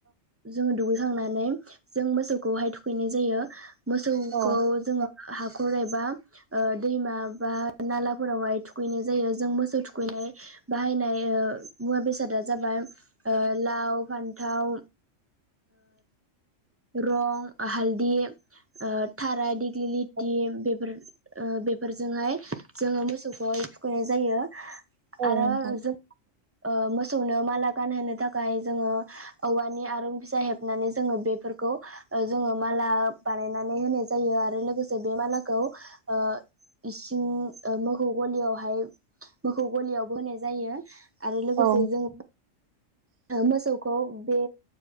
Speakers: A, on the right; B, on the right.
A: जोङो दुगैखांनानै जों मोसौखौहाय थुखैनाय जायो। मोसौखौ
B: औ
A: जोङो हाब खर एबा दैमा बा नालाफोरावहाय थुखैनाय जायो। जों मोसौ थुखैनाय बाहायनाय मुवा बेसादा जाबाय लाव फान्थाव रं हालदि थाराय दिग्लि लिटि बेफोर बेफोरजोंहाय जोङो मोसौखै थुखैनाय जायो।
B: औ
A: आरो
B: नोंथां
A: जों ओ मोसौनो माला गानहोनो थाखाय जोङो औवानि आरो फिसा हेबनानै जोङो बेफोरखौ हो ओ जोङो माला बानायनानै होनाय जायो आरो लोगोसे बे मालाखौ ओ इसिं ओ मोखौ गलियावहाय मोखौ गलिआवबो होनाय जायो आरो लोगोसे
B: औ
A: जों मोसौखौ बे